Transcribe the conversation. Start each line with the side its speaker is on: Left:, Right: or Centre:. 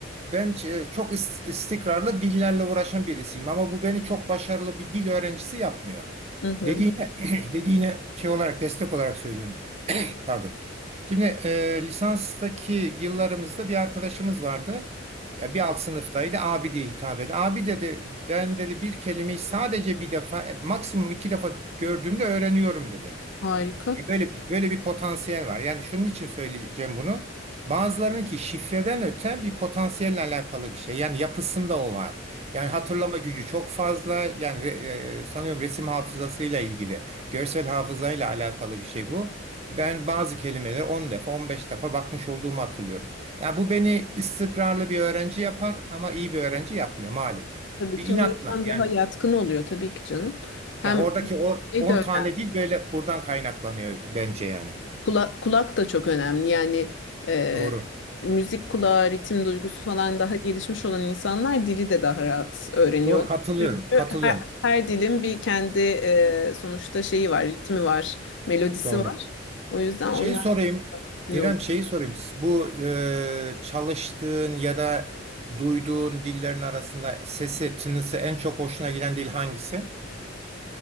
Right: ben e, çok is- istikrarlı dillerle uğraşan birisiyim ama bu beni çok başarılı bir dil öğrencisi yapmıyor.
Left: Hı hı.
Right: Dediğine <clears throat> dediğine şey olarak destek olarak söylüyorum. <clears throat> Pardon. Şimdi e, lisanstaki yıllarımızda bir arkadaşımız vardı. Ya bir alt sınıftaydı. Abi diye hitap etti. Abi dedi ben dedi bir kelimeyi sadece bir defa e, maksimum iki defa gördüğümde öğreniyorum dedi.
Left: Harika.
Right: Böyle bir, böyle bir potansiyel var. Yani şunun için söyleyeceğim bunu. Bazılarının ki şifreden öte bir potansiyelle alakalı bir şey. Yani yapısında o var. Yani hatırlama gücü çok fazla. Yani re- e, sanıyorum resim hafızasıyla ilgili, görsel hafızayla alakalı bir şey bu. Ben bazı kelimeleri 10 defa, 15 defa bakmış olduğumu hatırlıyorum. Yani bu beni istikrarlı bir öğrenci yapar ama iyi bir öğrenci yapmıyor malum.
Left: Tabii
Right: Bir
Left: kimi
Right: inatla
Left: insan
Right: yani
Left: daha yatkın oluyor tabii ki canım. Hem
Right: ya oradaki o
Left: şey
Right: 10
Left: de önemli.
Right: tane değil böyle buradan kaynaklanıyor bence yani.
Left: Kulak, kulak da çok önemli. Yani e,
Right: Doğru.
Left: müzik kulağı, ritim duygusu falan daha gelişmiş olan insanlar dili de daha rahat öğreniyorlar.
Right: Doğru katılıyorum.
Left: Çünkü
Right: Katılıyorum.
Left: her, her dilin bir kendi e, sonuçta şeyi var, ritmi var, melodisi
Right: Doğru.
Left: var. O yüzden
Right: Şeyi
Left: onlar
Right: sorayım.
Left: gün
Right: İrem
Left: oluyor.
Right: şeyi sorayım. Bu e, çalıştığın ya da duyduğun dillerin arasında sesi, tınısı en çok hoşuna giden dil hangisi?